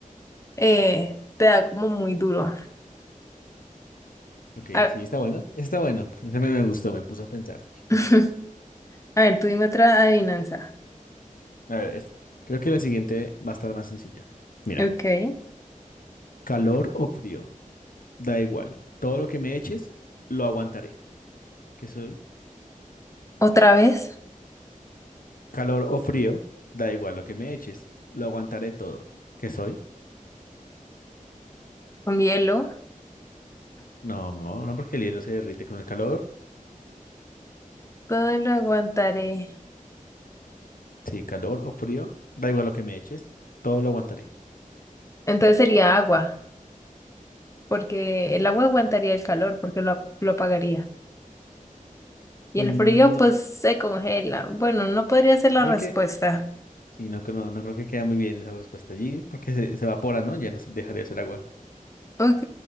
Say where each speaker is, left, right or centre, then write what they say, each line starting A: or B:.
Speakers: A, on the left; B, on the left.
A: eh, te da como muy duro.
B: Ok,
A: A,
B: sí, está bueno. Está bueno. Ese me me gustó, me puse a pensar.
A: <laughs>
B: <laughs>
A: a ver, tú dime otra adivinanza.
B: A ver, es- creo que la siguiente va a estar más sencilla. Mira,
A: Ok.
B: calor o frío, da igual. Todo lo que me eches, lo aguantaré. ¿Qué soy?
A: Otra vez
B: Calor o frío, da igual lo que me eches, lo aguantaré todo. ¿Qué soy?
A: con hielo.
B: No, no porque el hielo se derrite con el calor.
A: Todo lo aguantaré.
B: Sí, calor o frío. Da igual lo que me eches. Todo lo aguantaré.
A: Entonces sería agua, porque el agua aguantaría el calor, porque lo, lo apagaría. Y
B: Mm,
A: el frío,
B: no, no
A: pues se congela. Bueno, no podría ser la
B: porque...
A: respuesta.
B: Sí, no, creo- no, creo que quede muy bien esa respuesta allí. Porque se, se evapora, ¿no? Ya no se- dejaría de ser agua.
A: Ok,